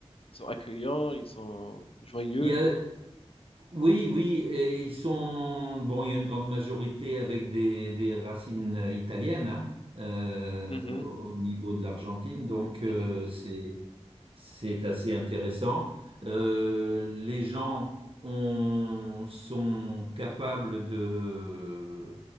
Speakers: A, on the left; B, on the right.
A: Ils sont accueillants, ils sont joyeux.
B: Il y a, Oui, oui, et ils sont, bon, il y a une grande majorité avec des, des racines italiennes, hein, euh,
A: Mhm,
B: au au niveau de l'Argentine, donc euh,
A: mhm,
B: c'est, c'est assez intéressant. Euh, les gens ont- sont capables de,